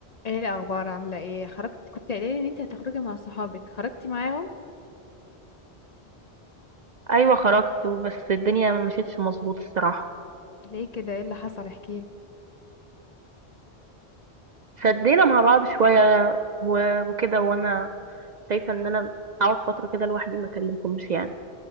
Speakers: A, on the left; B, on the right.
A: ايه الاخبار عامله ايه خرجت كنت قايله لي ان انت هتخرجي مع صحابك خرجتي معاهم
B: ايوه خرجت بس الدنيا ما مشيتش مظبوط الصراحه
A: ليه كده ايه اللي حصل احكي لي
B: شدينا مع بعض شويه و- وكده وانا شايفه ان انا اقعد فتره كده لوحدي ما اكلمكمش يعني